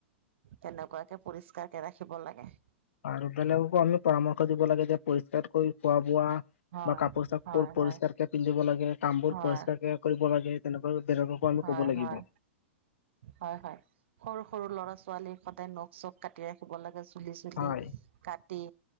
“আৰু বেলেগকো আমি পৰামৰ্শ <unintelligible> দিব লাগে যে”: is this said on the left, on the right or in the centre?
Left